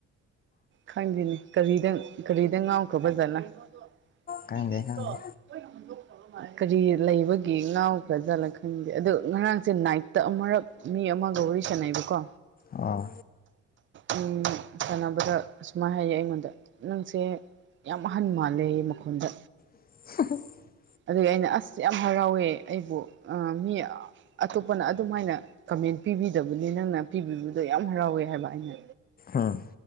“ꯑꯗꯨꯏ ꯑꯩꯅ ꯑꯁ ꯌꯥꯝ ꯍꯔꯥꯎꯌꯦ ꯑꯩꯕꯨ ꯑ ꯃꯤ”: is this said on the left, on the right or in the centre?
Right